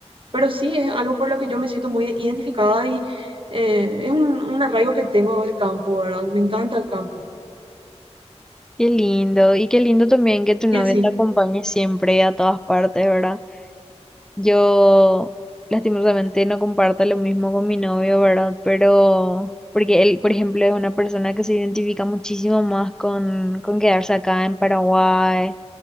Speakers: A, on the right; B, in the centre.
A: Pero sí, es algo por lo que yo me siento muy identificada y eh, es un, un arraigo que tengo del campo, ¿verdad? Me encanta el campo.
B: Qué lindo. Y qué lindo también que tu novia
A: Y así,
B: te acompañe siempre a todas partes, ¿verdad? Yo lastimosamente no comparto lo mismo con mi novio, ¿verdad? Pero porque él, por ejemplo, es una persona que se identifica muchísimo más con, con quedarse acá en Paraguay.